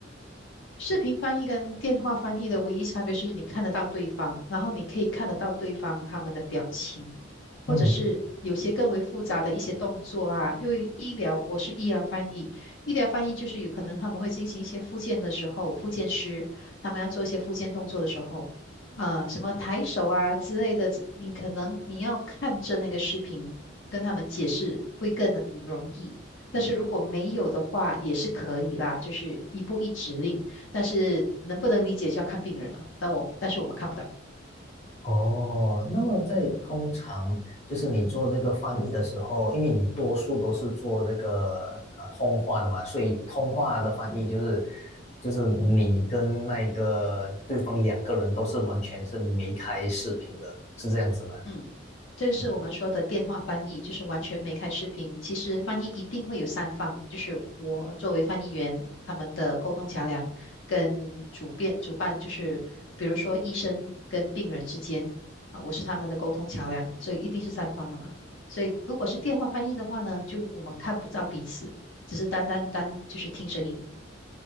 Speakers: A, on the left; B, on the left.
A: 视频翻译跟电话翻译的唯一差别就是你看得到对方，然后你可以看得到对方他们的表情，或者是有些更为复杂的一些动作啊。
B: 嗯。
A: 因为医疗，我是医疗翻译，医疗翻译就是有可能他们会进行一些复健的时候，复健师他们要做一些复健动作的时候，呃，什么抬手啊之类的，你可能你要看着那个视频跟他们解释会更能容易。但是如果没有的话，也是可以啦，就是一步一指令。但是能不能理解就要看病人了。但我但是我们看不到。
B: 哦，那么在通常就是你做这个翻译的时候，因为你多数都是做这个呃通话的嘛，所以通话的翻译就是就是你跟那个对方两个人都是完全是没开视频的，是这样子吗？
A: 嗯，这是我们说的电话翻译，就是完全没开视频。其实翻译一定会有三方，就是我作为翻译员，他们的沟通桥梁跟主编主办，就是比如说医生跟病人之间啊，我是他们的沟通桥梁，所以一定是三方的嘛。所以如果是电话翻译的话呢，就我们看不到彼此，只是单单单就是听声音。